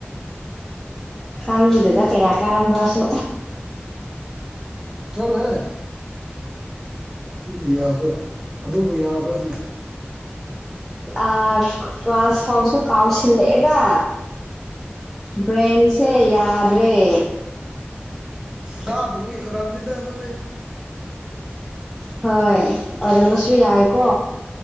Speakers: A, in the centre; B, on the right (about 15°).
A: ꯈꯪꯗꯦꯗ ꯀꯌꯥ ꯀꯥꯔꯝꯕ꯭ꯔꯁꯨ꯫
B: ꯆꯠꯂꯣꯍꯦ꯫ ꯁꯤꯕꯨ ꯌꯥꯕ꯭ꯔ ꯑꯗꯨꯕꯨ ꯌꯥꯕ꯭ꯔꯥꯅꯦ
A: ꯑꯥ ꯀ꯭ꯂꯥꯁ ꯐꯥꯎꯁꯨ ꯀꯥꯎꯁꯤꯜꯂꯛꯑꯦꯗ ꯕ꯭ꯔꯦꯟꯁꯦ ꯌꯥꯗꯔꯦ
B: ꯀꯥꯗꯕꯒꯤ ꯑꯣꯏꯔꯝꯅꯤꯗ ꯑꯗꯨꯗꯤ
A: ꯍꯣꯏ ꯑꯣꯏꯔꯝꯕꯁꯨ ꯌꯥꯏꯀꯣ